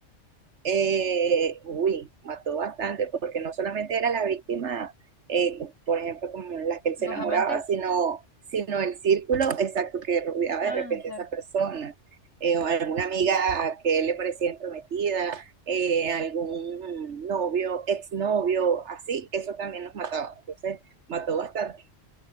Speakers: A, on the right; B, on the left.
A: Eh, uy, mató bastante, porque no solamente era la víctima, eh, por ejemplo, como las que él
B: ¿Los
A: se enamoraba,
B: amantes?
A: sino, sino el círculo exacto que rodeaba
B: Ah,
A: de repente
B: claro.
A: a esa persona, eh, o alguna amiga que él le parecía entrometida, eh, algún novio, exnovio, así, eso también nos mataba. Entonces, mató bastante.